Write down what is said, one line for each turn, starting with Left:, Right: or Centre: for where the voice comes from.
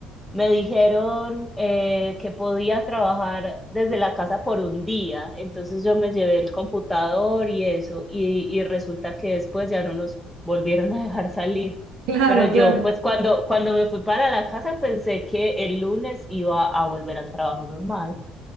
Centre: me dijeron eh, que podía trabajar desde la casa por un día, entonces yo me llevé el computador y eso, y, y resulta que después ya no nos volvieron a dejar salir.
Right: <laughs> claro,
Centre: Pero yo
Right: claro,
Centre: pues cuando, cuando me fui para la casa pensé que el lunes iba a volver al trabajo normal,